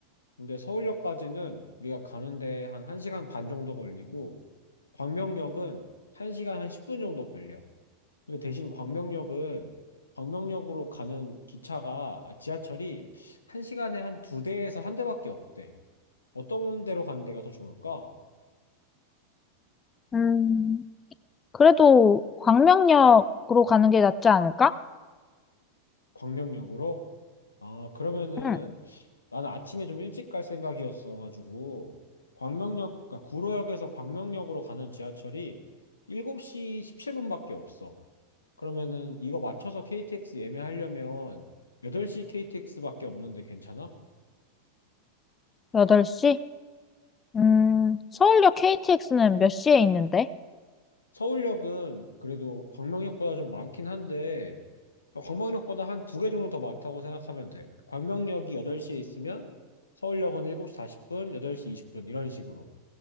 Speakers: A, on the left (about 75°); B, on the left (about 20°).
A: 근데 서울역까지는 우리가 가는데 한 1시간 반 정도 걸리고, 광명역은 1시간 한 10분 정도 걸려. 근데 대신 광명역은, 광명역으로 가는 기차가, 아, 지하철이 1시간에 한 두 대에서 한 대밖에 없대. 어떤 데로 가는 데가 더 좋을까?
B: 음, 그래도 광명역으로 가는 게 낫지 않을까?
A: 광명역으로? 아, 그러면은
B: 응.
A: 나는 아침에 좀 일찍 갈 생각이었어가지고 광명역, 그러니까 구로역에서 광명역으로 가는 지하철이 7시 17분밖에 없어. 그러면은 이거 맞춰서 KTX 예매하려면 8시 KTX밖에 없는데 괜찮아?
B: 8시? 음, 서울역 KTX는 몇 시에 있는데?
A: 서울역은 그래도 광명역보다 좀 많긴 한데 그러니까 광명역보다 한 두 개 정도 더 많다고 생각하면 돼. 광명역이 8시에 있으면 서울역은 7시 40분, 8시 20분 이런 식으로.